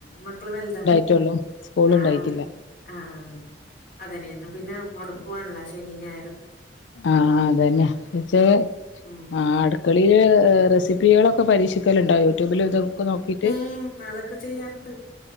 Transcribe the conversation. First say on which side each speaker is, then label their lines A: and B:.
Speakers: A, on the left (about 50°); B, on the left (about 80°).
A: മക്കള് വലുതാണ്
B: റ്റുള്ളു സ്കൂളുണ്ടായിട്ടില്ല
A: ആഹ് ആഹ് ആഹ് അതന്നെ ഇന്ന് പിന്നെ മുടക്കും ആണല്ല ശനി ഞായറും
B: ആഹ് അതന്നെ പക്ഷെ
A: ഉം
B: ആട് ളിയിൽ റെസിപ്പികളൊക്കെ പരീക്ഷിക്കലുണ്ടോ യൂട്യൂബിൽ ഇതൊക്കെ നിരക്ക് നോക്കിയിട്ട്
A: ഉം അതൊക്കെ ചെയ്യാറുണ്ട്